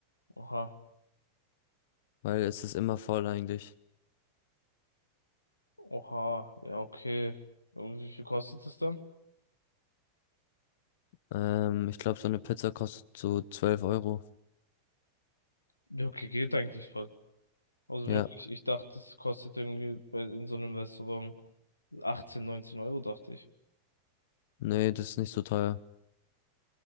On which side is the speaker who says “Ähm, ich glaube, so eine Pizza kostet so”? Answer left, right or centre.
Left